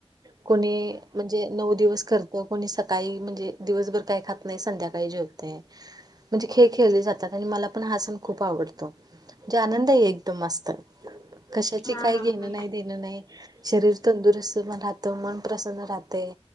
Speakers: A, on the right; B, on the left.
A: कोणी म्हणजे नऊ दिवस करत, कोणी सकाळी, म्हणजे दिवसभर काय खात नाही, संध्याकाळी बाई जेवते, म्हणजे खेळ खेळले जातात आणि मला पण हा सण खूप आवडतो. जे आनंद आहे एकदम मस्त, कशाची
B: हा
A: काय
B: हा
A: घेणं
B: हा हा
A: नाही देणं नाही शरीर तंदुरुस्त म राहतं, मन प्रसन्न रातय